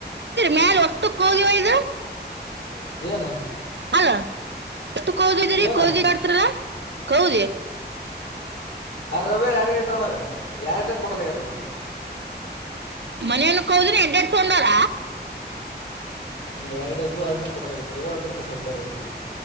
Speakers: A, on the right; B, on the left.
A: ಮ್ಯಾಲ
B: <inaudible>
A: ಕೌದಿ ಒಯ್ದು ಅಲ್ಲ ಎಷ್ಟು ಕೌದಿದ್ದೀರಿ
B: ಏನು
A: ಕೌದಿ ಮಾಡಡ್ತರಾ ಕೌದಿ
B: ರವಾರ್ ಎರರ ಐಟರ್ ಅಂದ್ರ ಯಾರ್ಟ ಕೊಡಲ್ಲ ಯಾರರು <inaudible>
A: ಮನೆಯನ ಹೋದ್ರೆ ಎಡ್ಡೆಡ್ ತಗೊಂಡಾರ
B: ಹ್ಮ್ ಎರಡದ್ದು ಅದನ್ನ ಕೊಡಲಾಗಿದ್ರು ಅದಕ್ಕೆ ಸಜ್ಜಗದೊ